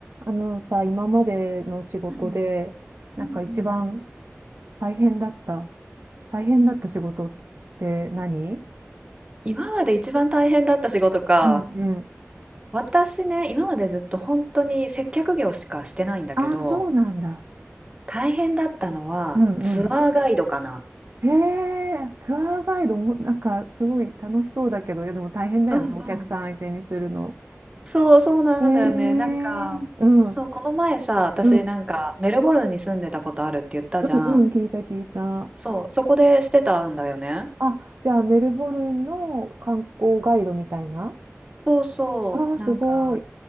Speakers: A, on the right (about 55°); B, on the right (about 20°).
A: あのさ、今までの仕事で、
B: うん、
A: なんか一番
B: うんうん。
A: 大変だった、大変だった仕事って何
B: 今まで一番大変だった仕事か。
A: うんうん。
B: 私ね、今までずっと本当に接客業しかしてないんだけど、
A: ああ、そうなんだ。
B: 大変だったのはツアーガイドかな。
A: うんうん。へえ、ツアーガイドも、なんかすごい楽しそうだけど、いやでも大変だよね、
B: うんうん。
A: お客さん相手にするの。
B: そうそうなんだよね。
A: へえ、うん、
B: なんか、
A: うん、
B: そう、この前さ、私なんかメルボルンに住んでたことあるって言ったじゃん。
A: うんうんうん、聞いた聞いた。
B: そう、そこでしてたんだよね。
A: あ、じゃあメルボルンの観光ガイドみたいな
B: そうそう、
A: ああー、すごい。
B: なんか